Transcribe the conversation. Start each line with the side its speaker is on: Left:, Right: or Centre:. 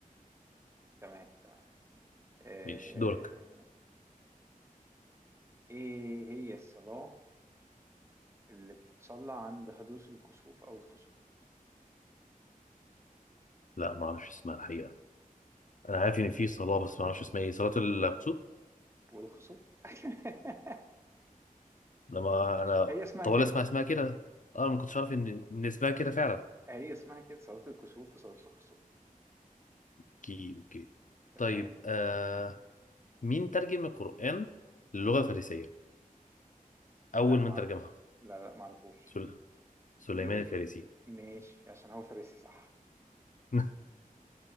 Right: تمام تمام آه،
Left: ماشي دورك
Right: ايه هي الصلاة اللي بتتصلى عند حدوث الكسوف او الخسوف
Left: لا ما اعرفش اسمها الحقيقه انا عارف ان في صلاه بس ما اعرفش اسمها ايه صلاه الكسوف
Right: والخسوف <laughs>
Left: لما انا
Right: هي اسمها
Left: طوال
Right: كده
Left: اسمع اسمها كده انا ما كنتش عارف ان ان اسمها كده فعلا
Right: هي اسمها كده صلاة الكسوف وصلاة الخسوف
Left: اوكي اوكي
Right: تمام
Left: طيب آه مين ترجم القران للغه الفارسيه
Right: لا
Left: اول
Right: معرفش
Left: من ترجمها
Right: لا لا معرفوش
Left: سل... سليمان
Right: دي
Left: الفارسي
Right: ماشي عشان هو فارسي صح
Left: <laughs>